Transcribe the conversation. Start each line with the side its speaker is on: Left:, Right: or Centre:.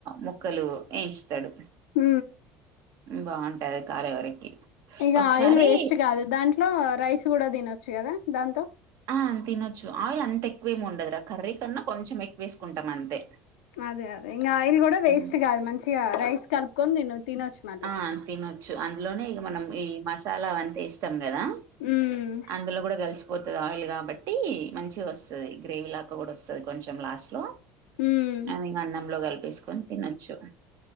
Right: ముక్కలు ఏంచుతాడు.
Left: ఉ
Right: బాగుంటాది కాలే వరకి
Left: ఇక
Right: ఒకసారి
Left: ఆయిల్ వేస్ట్ కాదు దాంట్లో రైస్ కూడా తినొచ్చు కదా దాంతో.
Right: ఆ తినొచ్చు ఆయిల్ అంత ఎక్కువేమి ఉండదురా కర్రీ కన్నా కొంచెం ఎక్కువ వేసుకుంటాం అంతే.
Left: అదే అదే ఇంకా ఆయిల్ కూడా వేస్ట్
Right: ఉమ్
Left: కాదు మంచిగా రైస్ కలుపుకొని తిను తినొచ్చు మళ్ళీ
Right: ఆ తినొచ్చు అందులోనే ఇక మనం ఈ మసాలా వన్ త్తం కదా
Left: ఉమ్
Right: అందులో కూడా గలిసిపోతుంది ఆయిల్ కాబట్టి మంచ్ మంచిగా వస్తది గ్రేవీ లాగా కూడా వస్తుంది కొంచెం లాస్ట్ లో
Left: ఉమ్
Right: అది ఇక అన్నంలో కలిపిసుకొని తినచ్చు